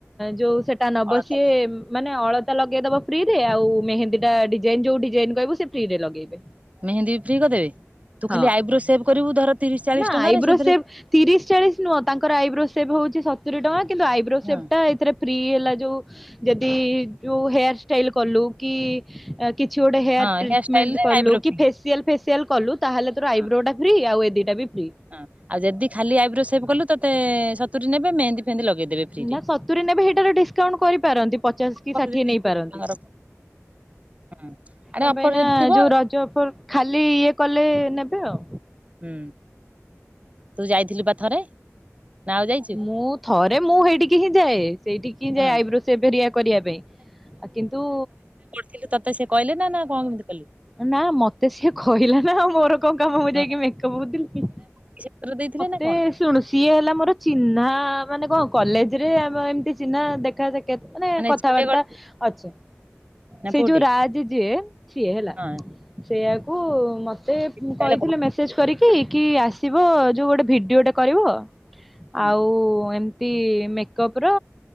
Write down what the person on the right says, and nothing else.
ଅଳତା
ମେହେନ୍ଦୀ ଫ୍ରି କରିଦେବେ ତୁ
ଖାଲି ଆଇବ୍ରୋ ସେଭ କରିବୁ ଧର ତିରିଶ ଚାଳିଶ
ଟଙ୍କାରେ
ସେଥିରେ
ହଁ
ହଁ
ଷ୍ଟାଇଲରେ
ଆଇବ୍ରୋ
ଫ୍ରି
ହଁ
ହଁ ଆଉ ଯଦି ଖାଲି ଆଇବ୍ରୋ ସେପ୍ କଲୁ ତତେ ସତୁରରି ନେବେ ମେହେନ୍ଦୀ ଫେନ୍ଦି ଲଗେଇଦେବେ। ଫ୍ରିରେ।
ଅଫର
ଯଦି
ଥିବ ତାଙ୍କର ହୁଁ ଆଡେ
ଅଫର
ଯଦି ଥିବ
ହୁଁ ତୁ ଯାଇଥିଲୁ ପା ଥରେ? ନା ଆଉ ଯାଇଛୁ
ହଁ।
ଥିଲୁ ତତେ ସେ କଇଲେ ନା କଣ କେମିତି କଲୁ?
ହଁ
<unintelligible> ଦେଇଥିଲେ ନା?
କଣ
ଝିଅଟେ କରିଥିଲେ
ନା
ପୁଅଟେ
ହଁ।
ତାହେଲେ
ହୁଁ
ହୁଁ